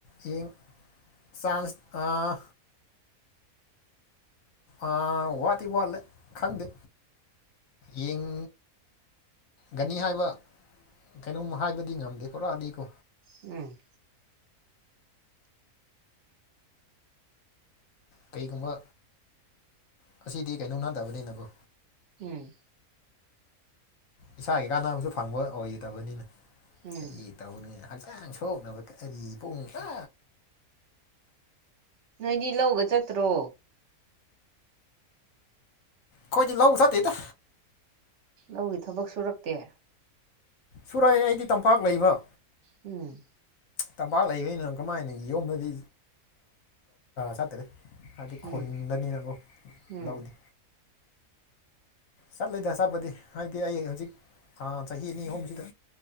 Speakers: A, on the left (about 65°); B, on the right (about 55°).
A: ꯌꯦꯡ ꯆꯥꯟꯁ ꯑꯥ ꯑꯥ ꯋꯥꯗꯤ ꯋꯥꯠꯂꯦ ꯈꯪꯗꯦ ꯌꯦꯡ ꯒꯅꯤ ꯍꯥꯏꯕ ꯀꯩꯅꯣꯝ ꯍꯥꯏꯕꯗꯤ ꯉꯝꯗꯦ ꯄꯨꯔꯑꯗꯤꯀꯣ
B: ꯎꯝ
A: ꯀꯩꯒꯨꯝꯕ ꯉꯁꯤꯗꯤ ꯀꯩꯅꯣ ꯅꯠꯗꯕꯅꯤꯅꯀꯣ
B: ꯎꯝ
A: ꯏꯁꯥꯒꯤ ꯀꯥꯟꯅꯕꯁꯨ ꯐꯪꯕ ꯑꯣꯏꯗꯕꯅꯤꯅ
B: ꯎꯝ
A: ꯀꯔꯤ ꯇꯧꯅꯤ ꯍꯛꯆꯥꯡ ꯁꯣꯛꯅꯕ ꯀꯔꯤ ꯄꯨꯡ ꯑ
B: ꯅꯣꯏꯗꯤ ꯂꯧꯒ ꯆꯠꯇ꯭ꯔꯣ
A: ꯑꯈꯣꯏꯗꯤ ꯂꯧꯎ ꯆꯠꯇꯦꯗ
B: ꯂꯧꯒꯤ ꯊꯕꯛ ꯁꯨꯔꯛꯇꯦ
A: ꯁꯨꯔꯛꯑꯦ ꯑꯩꯗꯤ ꯇꯝꯄꯥꯛ ꯂꯩꯕ
B: ꯎꯝ
A: ꯇꯝꯄꯥꯛ ꯂꯩꯅꯣ ꯀꯃꯥꯏꯅ ꯌꯣꯗꯗꯤ ꯆꯠꯇꯗꯦ ꯍꯥꯏꯗꯤ ꯈꯣꯟꯟꯗꯅꯤꯅꯀꯣ
B: ꯎꯝ ꯎꯝ
A: ꯂꯧꯅꯤ ꯆꯠꯂꯤꯗ ꯆꯠꯄꯗꯤ ꯍꯥꯏꯕꯗꯤ ꯑꯩ ꯍꯧꯖꯤꯛ ꯊꯥ ꯆꯍꯤ ꯑꯅꯤ ꯑꯍꯨꯝꯁꯤꯗ